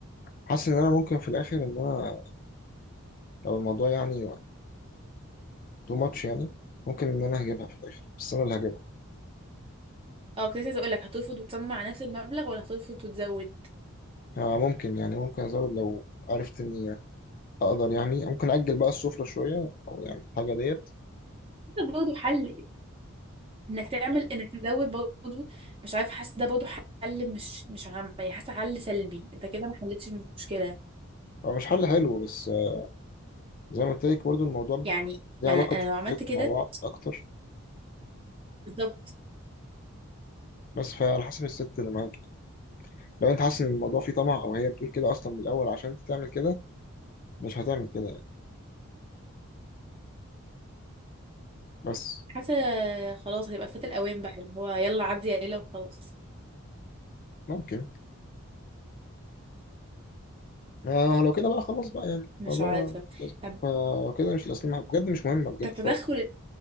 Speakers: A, on the left; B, on the right.
A: حاسس إن أنا ممكن في الآخر إن أنا لو الموضوع يعني تو ماتش يعني ممكن إن أنا هجيبها في الآخر بس أنا اللي هجيبها
B: اه كنت عايزة اقول لك هترفض وتصمم على نفس المبلغ ولا هترفض وتزود
A: آه ممكن يعني ممكن أزود لو عرفت إني أقدر يعني ممكن أجل بقى السفرة شوية أو يعني الحاجة ديت
B: ده برضه حل انك تعمل انك تزود برضه مش عارف حاسة ده برضه حل مش مش عملي حاسة حل سلبي انت كده ما حلتش المشكلة
A: هو مش حل حلو بس آه، زي ما قلت لك برضه الموضوع بيبقى
B: يعني
A: يعني ليه
B: ما
A: علاقة
B: انا
A: بشخصياتكم
B: لو عملت كده
A: مع بعض أكتر
B: بالظبط
A: بس فعلى حسب الست اللي معاك يعني لو أنت حاسس إن الموضوع فيه طمع أو هي بتقول كده أصلا من الأول عشان أنت تعمل كده مش هتعمل كده يعني بس
B: حاسة خلاص هيبقى فات الأوان بقى اللي هو يلا عدي يا ليلى وخلاص
A: ممكن ما لو كده بقى خلاص بقى يعني
B: مش
A: الموضوع
B: عارفة
A: ما- لازم
B: طب
A: فلو كده مش الأصل بجد مش مهمة بجد
B: طب تدخل
A: خالص